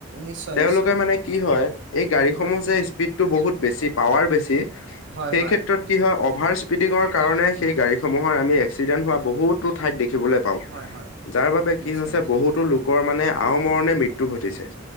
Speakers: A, on the right (about 55°); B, on the left (about 70°).
A: নিশ্চয়
B: তেওঁলোকে
A: নিশ্চয়
B: মানে কি হয়, এই গাড়ীসমূহ
A: হয়
B: যে স্পীডতটো বহুত বেছি পাৱাৰ বেছি,
A: হয়
B: সেই
A: হয়
B: ক্ষেত্ৰত কি হয় অভাৰ স্পিডিঙৰ কাৰণে সেই গাড়ীসমূহৰ আমি এক্সিডেণ্ট হোৱা বহুতো ঠাইত দেখিবলে পাওঁ,
A: হয় হয়
B: যাৰ বাবে কি
A: নিশ্চয়
B: হৈছে
A: নিশ্চয়
B: বহুতো লোকৰ মানে আওমৰণে মৃত্যু ঘটিছে।